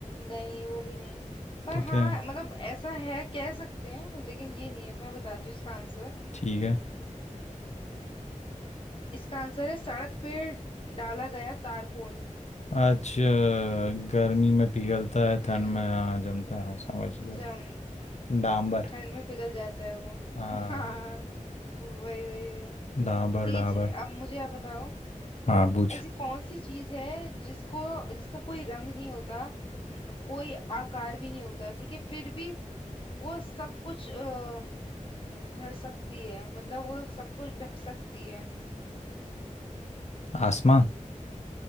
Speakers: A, on the left; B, on the left.
A: नहीं वो भी नहीं पर
B: तो
A: हाँ
B: क्या है
A: मतलब ऐसा है कह सकते हैं लेकिन ये नहीं है मैं बताती हूँ इसका आंसर
B: ठीक है
A: इसका आंसर है सड़क पे डाला गया तारकोल
B: आज अ, गर्मी में पिघलता
A: हम्म
B: है ठंड में हाँ जमता है समझ गया
A: जम
B: डांबर
A: ठंड में पिघल जाता है वो
B: हाँ
A: <laughs> हाँ वही वही वही
B: डांबर
A: ठीक
B: डाबर
A: है जी, अब मुझे आप बताओ
B: हाँ बुझ
A: ऐसी कौन सी चीज है जिसको जिसका कोई रंग नहीं होता न- कोई आकार भी नहीं होता ठीक है फिर भी वो सब कुछ अ, ढर सकती है मतलब वो सब कुछ ढक सकती है
B: आसमान